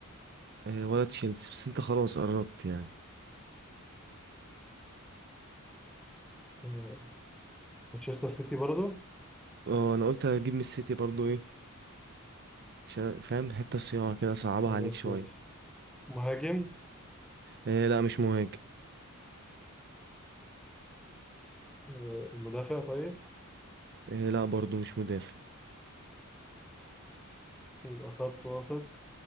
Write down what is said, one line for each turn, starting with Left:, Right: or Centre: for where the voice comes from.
Right: آه، ولا تشيلسي بس انت خلاص قربت يعني
Centre: آه، مانشستر سيتي برضه
Right: اه انا قلت هجيب من السيتي برضو ايه عشان فاهم حتة صياعة كده صعبها
Centre: خلاص
Right: عليك شوية
Centre: ماشي مهاجم
Right: إيه لا مش مهاجم
Centre: آه، مدافع طيب
Right: إيه لا برضو مش مدافع
Centre: يبقى خط وسط